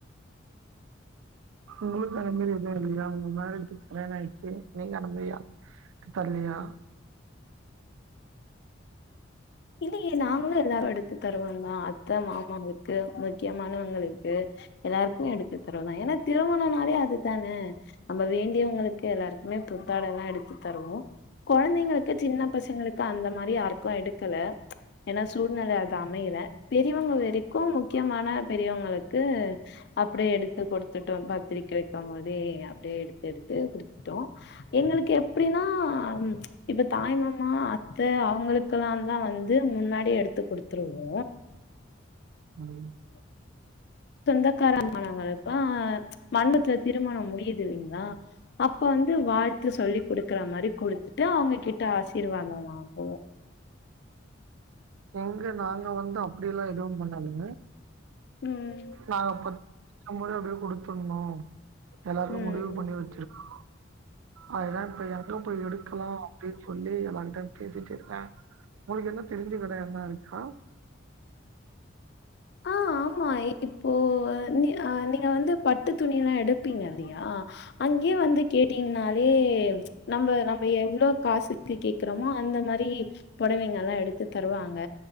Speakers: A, on the right; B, on the left.
A: ஒங்ளுக்கு அந்த மாரி எதுவு இல்லையா ஒங்க மேரேஜுக்கு கல்யண ஆயிட்ச்சி நீங்க <unintelligible> தனியா
B: இல்லையே நாங்களு எல்லா எடத்து தருவோ தா அத்த மாமாவுக்கு முக்கியமானவங்களுக்கு எல்லாருக்கு எடுத்து தருவோ தா ஏனா திருமணனாலே அதுதானே நம்ம வேண்டியவங்களுக்கு எல்லார்கு மே புத்தாடலா எடுத்து தருவோ கொழந்தைங்களுக்கு சின்ன பசங்களுக்கு அந்த மாரி யாருக்கு எடு க்கல ஏனா சூழ்நெல அது அமையல பெரியவங்க வரைக்கு முக்கியமான பெரியவங்களுக்கு அப்டியே எடுத்து குடுத்துட்டோ பத்திரிக்க வெக்கம்போதே அப்டியே எடுத்து எடுத்து குடுத்துட்டோ எங்களுக்கு எப்டின்னா இப்ப தாய்மாமா அத்த அவுங்ளுக் கலா தா வந்து முன்னாடியே எடுத்து குடுத்துருவோ
A: ம்
B: சொந்தக்காரமானவங்களுக்கா மண்டத்துல திருமணம் முடியுது இல்லைங்களா அப்ப வந்து வாழ்த்து சொல்லி குடுக்ற மாரி குடுத்துட்டு அவங்ககிட்ட ஆசீர்வாத வாங்குவோ
A: எங்க நாங்க வந்து அப்டிலா எதுவு பண்ணறது இல்ல
B: ம்
A: நாங்க பத் சம்பத அப்பயே குடுத்துர்ணு எல்லாருக்கு
B: ம்
A: முடிவு பண்ணி வச்சிருக்கோ அது தா எங்க போய் எடுக்லா அப்டின் சொல்லி எல்லான்ட்ட பேசிட்ருக்கே ஒங்களுக்கு எதனா தெரிஞ்ச கட வேற மாரி இருக்கா
B: ஆ ஆமா இப்போ நீ் நீங்க வந்து பட்டு துணில்லா எடுப்பீங்கல்லையா அங்கே வந்து கேட்டீங்கனாலே நம்ம நம்ம எவ்வளோ காசுக்கு கேக்குறோமோ அந்த மாரி புடவைங்க எல்லா எடுத்து தருவாங்க